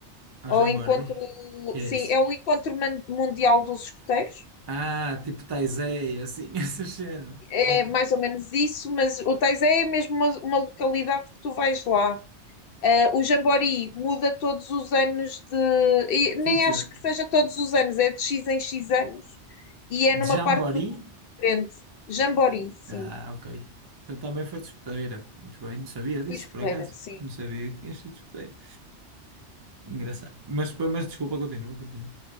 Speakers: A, on the right; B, on the left.
A: Ah,
B: ao
A: jamboree?
B: encontro,
A: Que é
B: sim,
A: isso?
B: é o encontro man- mundial dos escuteiros,
A: Ah, tipo Taizé, assim, <laughs> essas cenas.
B: é
A: Um
B: mais ou menos isso, mas o Teis é mesmo uma, uma localidade que tu vais lá. Uh, o Jamboree muda todos os anos de. e nem
A: Sítio.
B: acho que seja todos os anos, é de X em X anos e é
A: De
B: numa
A: jamboree?
B: parte do mundo diferente. Jamboree, sim.
A: Ah, ok. Então também foi discoteira. Muito bem, não sabia disso,
B: Fui escuteira,
A: por acaso.
B: sim.
A: Não sabia que tinha sido discoteira. Engraçado. Mas, mas desculpa, continua, continua.